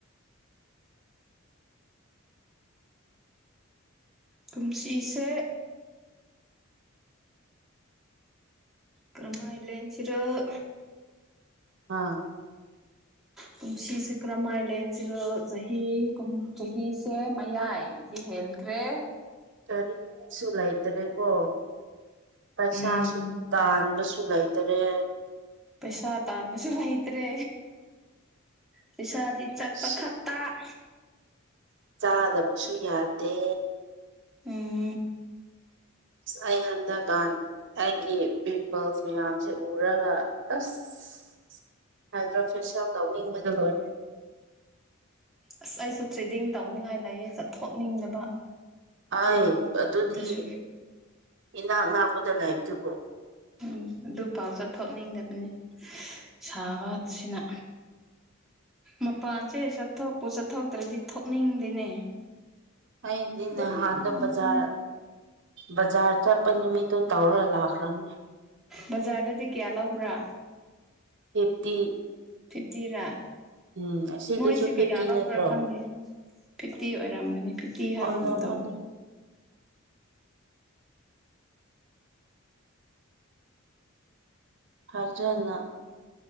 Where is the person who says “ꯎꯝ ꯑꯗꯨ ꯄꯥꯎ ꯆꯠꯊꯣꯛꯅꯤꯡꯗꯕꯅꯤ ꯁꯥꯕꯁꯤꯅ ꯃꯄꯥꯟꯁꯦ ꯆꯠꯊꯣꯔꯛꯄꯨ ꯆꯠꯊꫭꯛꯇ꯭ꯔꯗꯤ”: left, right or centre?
Centre